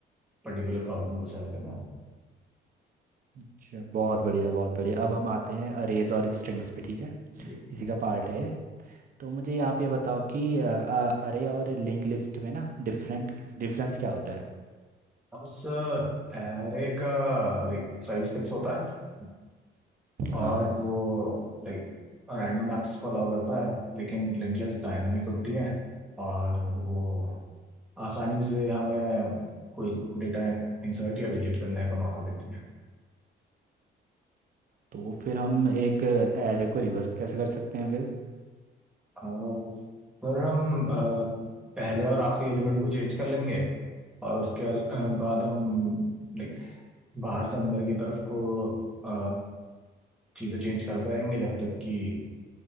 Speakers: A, in the centre; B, on the right.
A: पर्टिकुलर प्रॉब्लम को सॉल्व करना
B: अच्छा बहुत बढ़िया बहुत बढ़िया अब हम आते हैं अरेज और स्ट्रिंग्स पे ठीक है
A: में।
B: इसी का पार्ट है ये। तो मुझे आप ये बताओ कि अरे और लिंक लिस्ट में ना डिफरेंट डिफरेंस क्या होता है
A: बस एरे का लाइक साइज फिक्स होता है और
B: हाँ
A: वो लाइक रैंडम एक्सेस को अलाउ करता है लेकिन लिंक लिस्ट डायनामिक होती है और वो आसानी से हमें कोई डेटा इंसर्ट या डिलीट करने का मौका देती है
B: तो फिर हम एक एरे को रिवर्स कैसे कर सकते हैं फिर
A: और फिर हम अ, पहले और आखिरी एलिमेंट को चेंज कर लेंगे और उसके अल- अ, बाद हम लाइक बाहर से अंदर की तरफ को अ, चीजें चेंज करते रहेंगे जब तक कि